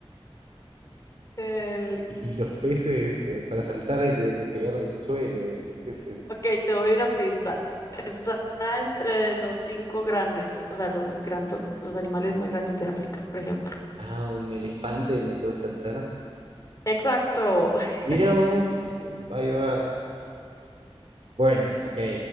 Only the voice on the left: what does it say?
El...
Ok, te doy una pista. Está entre los cinco grandes, o sea, los grandos, los animales más grandes de África, por ejemplo.
Exacto. <laughs>